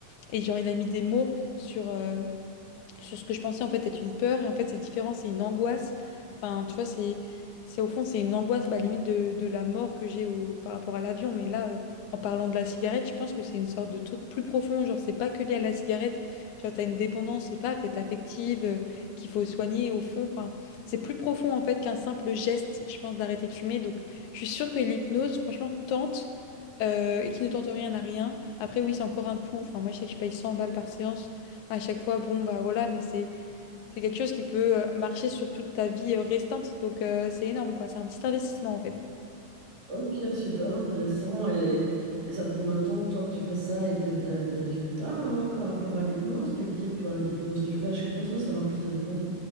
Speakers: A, on the left (about 70°); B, on the right (about 75°).
A: Et genre, il a mis des mots sur. euh, sur ce que je pensais en fait être une peur et en fait c'est différent, c'est une angoisse. Enfin, tu vois, c'est c'est au fond c'est une angoisse bah, limite de, de la mort que j'ai au- par rapport à l'avion. Mais là, euh, en parlant de la cigarette, je pense que c'est une sorte de truc plus profond. Genre c'est pas que lié à la cigarette. Genre t'as une dépendance, c'est pas peut-être affective euh, qu'il faut soigner au fond. Enfin, c'est plus profond en fait qu'un simple geste, je pense, d'arrêter de fumer. Donc je suis sûre que l'hypnose, franchement, tente. euh, et qui ne tente rien à rien. Après, oui, c'est encore un coût. Enfin, moi, je sais que je paye 100 balles par séance à chaque fois, bon, bah voilà, mais c'est c'est quelque chose qui peut euh, marcher sur toute ta vie euh, restante. Donc, euh, c'est énorme, quoi. C'est un petit investissement, en fait.
B: Ok, super intéressant. Et, et ça fait combien de temps, toi, que tu fais ça et t'as eu des, des résultats euh, par rapport à l'hypnose? Quel type euh, d'hypnose tu fais? Je suis curieuse de savoir plus de détails.